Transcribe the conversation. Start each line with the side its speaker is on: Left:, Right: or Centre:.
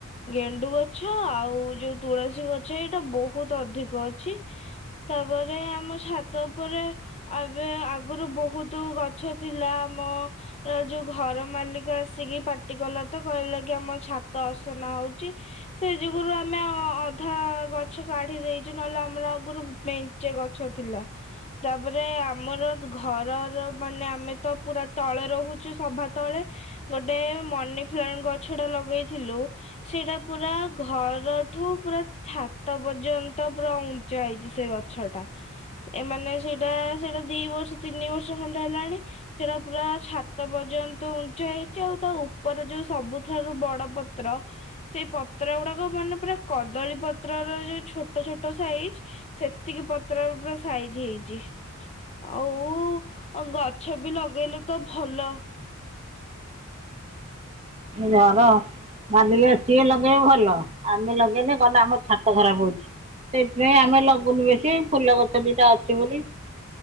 Left: ଗେଣ୍ଡୁ ଗଛ ଆଉ ତୁଳସୀ ଗଛ ଏଇଟା ବହୁତ ଅଧିକ ଅଛି। ତାପରେ ଆମ ଛାତ ଉପରେ ଏବେ ଆଗରୁ ବହୁତ ଗଛ ଥିଲା। ଆମର ଯୋଉ ଘର ମାଲିକ ଆସିକି ପାଟି କଲା ତ, କହିଲା କି ଆମ ଛାତ ଅସନା ହଉଛି। ସେ ଯୁଗରୁ ଆମେ ଅଧା ଗଛ କାଢି ଦେଇଛୁ। ନହେଲେ ଆମର ଆଗରୁ ମେଞ୍ଚେ ଗଛ ଥିଲା। ତାପରେ ଆମର ଘରର ମାନେ ଆମେ ତ ପୁରା ତଳେ ରହୁଛୁ। ସବା ତଳେ ଗୋଟେ ମନି ପ୍ଲାଣ୍ଟ ଗଛଟା ଲଗେଇଥିଲୁ ସେଇଟା ପୁରା ଘର ଠୁ ପୁରା ଛାତ ପର୍ଯ୍ୟନ୍ତ ପୁରା ଉଞ୍ଚା ହେଇଛି ସେ ଗଛଟା। ଏମାନେ ସେଇଟା ସେଇଟା ଦି ବର୍ଷ ତିନି ବର୍ଷ ଖଣ୍ଡେ ହେଲାଣି। ସେଇଟା ପୁରା ଛାତ ପର୍ଯ୍ୟନ୍ତ ଉଞ୍ଚା ହେଇଛି ଆଉ ତା ଉପର ଯୋଉ ସବୁଠାରୁ ବଡ ପତ୍ର ସେଇ ପତ୍ର ଗୁଡାକ ମାନେ ପୁରା କଦଳୀ ପତ୍ର ର ଯୋଉ ଛୋଟ ଛୋଟ ସାଇଜ, ସେତିକି ପତ୍ର ପୁରା ସାଇଜ ହେଇଛି। ଆଉ ଗଛ ବି ଲଗେଇଲେ ତ ଭଲ।
Right: ଘର ମାଲିକ ସିଏ ଲଗେଇବ ଭଲ ଆମେ ଲଗେଇଲେ ଆମର ଛାତ ଖରାପ ହଉଛି। ସେଥିପାଇଁ ଆମେ ଲଗୁଉନୁ ବେଶୀ, ଫୁଲ ଗଛ ଦିଟା ଅଛି ବୋଲି